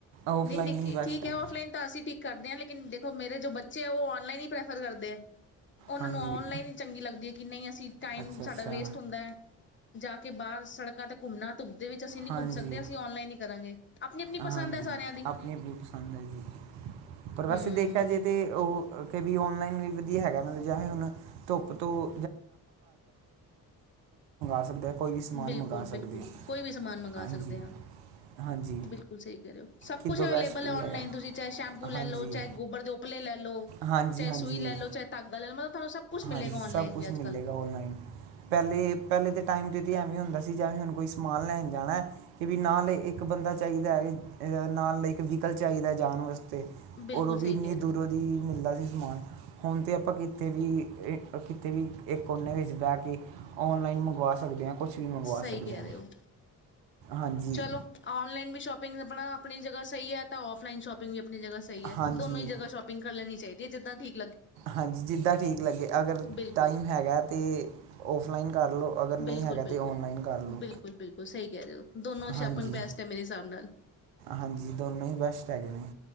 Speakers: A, on the right; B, on the left.
A: ਔਫਲਾਈਨ
B: ਨਹੀਂ, ਨਕੀ
A: ਹੀ ਬੈਸਟ
B: ਠੀਕ
A: ਹੈਗਾ
B: ਹੈ। ਆਫਲਾਈਨ ਤਾਂ ਅਸੀਂ ਠੀਕ ਕਰਦੇ ਹਾਂ, ਲੈ ਦੇਖੋ, ਮੇਰੇ ਜੋ ਬੱਚੇ ਹੈ, ਉਹ ਔਨਲਾਈਨ ਹੀ ਪ੍ਰੈਫਰ ਕਰਦੇ ਹੈ। ਉਹਨਾਂ
A: ਹਾਂਜੀ
B: ਨੂੰ ਔਨਲਾਈਨ ਹੀ ਚੰਗੀ ਲੱਗਦੀ ਹੈ, ਕਿ ਨਹੀਂ? ਅਸੀਂ ਟਾਈਮ
A: ਅੱਛਾ ਅੱਛਾ
B: ਸਾਡਾ ਵੇਸਟ ਹੁੰਦਾ ਹੈ। ਜਾ ਕੇ ਬਾਹਰ ਸੜਕਾਂ ਤੇ ਘੁੰਮਨਾ ਧੂਪ ਦੇ ਵਿੱਚ ਅਸੀਂ ਨਹੀਂ
A: ਹਾਂਜੀ
B: ਘੁੰਮ ਸਕਦੇ, ਅਸੀਂ ਔਨਲਾਈਨ ਆਪਣੀ ਆਪਣੀ
A: ਹਾਂਜੀ
B: ਪਸੰਦ ਹੈ ਸਾਰਿਆਂ ਦੀ
A: ਆਪਣੀ ਆਪਣੀ ਪਸੰਦ ਹੈ ਜੀ ਪਰ ਵੈਸੇ
B: ਹਮ
A: ਦੇਖਿਆ ਜਾ ਤੇ ਉਹ ਕਿ ਵੀ ਔਨਲਾਈਨ ਵੀ ਵਦੀਆਆ ਹੈਗਾ, ਕੀ ਚਾਹੇ ਹੁਣ ਧੁਪ ਤੋਂ? ਸਕਦੇ ਹਾਂ ਕੋਈ ਵੀ ਸਮਾਨ
B: ਬਿਲਕੁਲ,
A: ਮੰਗਾ
B: ਬਿਲਕੁਲ।
A: ਸਕਦੇ ਹਾਂ
B: ਕੋਈ ਵੀ ਸਮਾਨ। ਮੰਗਾ
A: ਹਾਂਜੀ
B: ਸਕਦੇ ਹਾਂ,
A: ਹਾਂਜੀ
B: ਬਿਲਕੁਲ ਸਹੀ ਕਹਿਹੇ ਹੋ। ਸਭ
A: ਕਿੱਦੋਂ
B: ਕੁਛ ਅਵੇਲੇਬਲ
A: ਬੈਸਟ ਵੀ
B: ਹੈ ਔਨਲਾਈਨ,
A: ਹੈਗਾ
B: ਤੁਸੀਂ ਚਾਹੇ ਸ਼ੈਂਪੂ ਲੈ
A: ਹਾਂਜੀ
B: ਲੋ, ਚਾਹੇ ਗੋਬਰ ਦੇ ਉਪਲੇ ਲੈ ਲਓ।
A: ਹਾਂਜੀ,
B: ਚਾਹੇ
A: ਹਾਂਜੀ,
B: ਸੂਈ ਲੈ ਲਓ ਚਾਹੇ ਧਾਗਾ ਲੈ ਲਓ ਮਤਲਬ ਤੁਹਾਨੂੰ ਸਭ ਕੁਛ ਮਿਲੇਗਾ
A: ਹਾਂਜੀ।
B: ਔਨਲਾਈਨ
A: ਸਭ ਕੁਛ
B: ਵੀ ਅੱਜ
A: ਮਿਲੇਗਾ
B: ਕੱਲ
A: ਔਨਲਾਈਨ, ਪਹਿਲੇ ਪਹਿਲੇ ਦੇ ਟਾਈਮ ਤੇ ਕਿਤੇ ਐਵੇਂ ਹੁੰਦਾ ਸੀ, ਜਿਵੇਂ ਹੁਣ ਕੋਈ ਸਮਾਨ ਲੈਣ ਜਾਣਾ ਕਿ ਵੀ ਨਾਲ ਇੱਕ ਬੰਦਾ ਚਾਹੀਦਾ ਹੈ, ਨਾਲ ਇੱਕ ਵੀਹੀਕਲ ਚਾਹੀਦਾ ਜਾਣ ਵਾਸਤੇ।
B: ਬਿਲਕੁਲ,
A: ਔਰ ਉਹ ਵੀ
B: ਸਹੀ
A: ਇੰਨੀ
B: ਕੈ ਰਹੇ
A: ਦੂਰੋਂ
B: ਹੋ।
A: ਦੀ ਮਿਲਦਾ ਸੀ ਸਮਾਨ, ਹੁਣ ਤਾਂ ਆਪਾਂ ਕਿੱਥੇ ਵੀ, ਕਿੱਥੇ ਵੀ, ਇੱਕ ਕੋਨੇ ਵਿੱਚ ਬਹਿ ਕੇ ਔਨਲਾਈਨ ਮੰਗਵਾ ਸਕਦੇ ਹਾਂ। ਕੁਛ ਵੀ ਮੰਗਵਾ
B: ਸਹੀ
A: ਸਕਦੇ
B: ਕਹਿ
A: ਹਾਂ।
B: ਰਹੇ ਹੋ
A: ਹਾਂਜੀ
B: ਚਲੋ, ਔਨਲਾਈਨ ਵੀ ਸ਼ੋਪਿੰਗ ਆਪਣਾ ਆਪਣੀ ਜਗ੍ਹਾ ਸਹੀ ਆ ਤਾਂ ਆਫਲਾਈਨ ਸ਼ੋਪਿੰਗ ਵੀ ਆਪਣੀ ਜਗਾ ਸਹੀ ਹੈ,
A: ਹਾਂਜੀ
B: ਦੋਨੋ ਹੀ ਜਗ੍ਹਾ ਸ਼ੋਪਿੰਗ ਕਰ ਲੈਣੀ ਚਾਹੀਦੀ। ਜਿੱਦਾਂ ਠੀਕ ਲੱਗੇ <unintelligible>
A: ਹਾਂਜੀ ਜਿੱਦਾਂ ਠੀਕ ਲੱਗੇ ਅਗਰ
B: ਬਿਲਕੁਲ
A: ਟਾਈਮ ਹੈਗਾ ਤੇ ਔਫਲਾਈਨ ਕਰ ਲਉ, ਅਗਰ ਨਹੀਂ
B: ਬਿਲਕੁਲ
A: ਹੈਗਾ
B: ਬਿਲਕੁਲ
A: ਤਾਂ ਔਨਲਾਈਨ ਕਰ ਲਉ।
B: ਬਿਲਕੁਲ ਬਿਲਕੁਲ ਸਹੀ ਕਹਿ ਰਹੇ ਹੋ ਦੋਨੋਂ ਸ਼ਾਪਿੰਗ
A: ਹਾਂਜੀ
B: ਬੈਸਟ ਹੈ ਮੇਰੇ ਹਿਸਾਬ ਨਾਲ
A: ਹਾਂਜੀ ਦੋਨੋ ਹੀ ਬੈਸਟ ਹੈਗੇ ਨੇ।